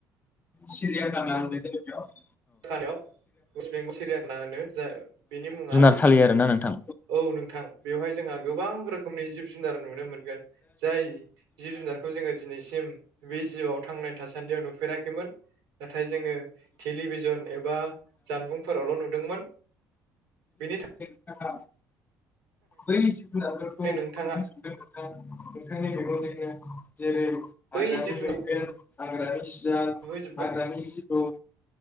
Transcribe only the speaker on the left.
सिरिया गानानै दङ बेयाव।
जुनारसालि आरोना नोंथां
<unintelligible> बै जुनारफोरखौ
<unintelligible> नोंथांनि मेगजों <unintelligible> जेरै
हाग्रानि
मैदेर आरोस जा
हाग्रानि जिबौ